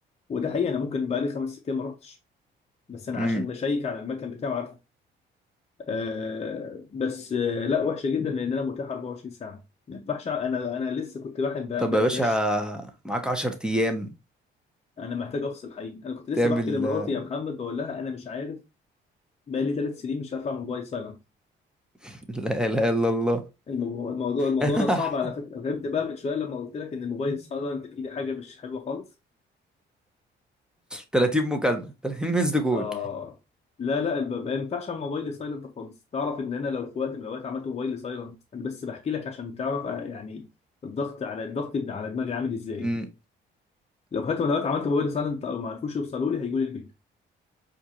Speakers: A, on the left; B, in the centre.
A: وده حقيقي انا ممكن بقالي خمس ست ايام ما رحتش بس انا
B: <laughs> أمم،
A: عشان بشيك على المكان بتاعي وعارف آه بس آه لا وحشه جدا لان انا متاح 24 ساعه ما ينفعش انا انا لسه كنت بحب
B: طب يا باشا
A: باش
B: معاك عشر ايام
A: انا محتاج افصل حقيقي انا كنت لسه
B: تعمل
A: بحكي لمراتي
B: آه،
A: يا محمد بقول لها انا مش عارف بقالي ثلاث سنين مش هرفع موبايل سايلنت
B: <laughs> لا اله الا الله
A: الموضوع الموضوع الموضوع
B: <laughs>
A: ده صعب على فكره فهمت بقى من شويه لما قلت لك ان الموبايل سايلنت فيه دي حاجه مش حلوه خالص
B: 30 مكالمه 30 مسد كول
A: اه لا لا الب- ما ينفعش اعمل موبايلي سايلنت خالص تعرف ان انا لو في وقت من الاوقات عملت موبايلي سايلنت انا بس بحكي لك عشان تعرف آه، يعني الضغط على الضغط بتاع- على دماغي عامل ازاي
B: امم
A: لو في وقت من الاوقات عملت موبايلي سايلنت او ما عرفوش يوصلوا لي هيجوا لي البيت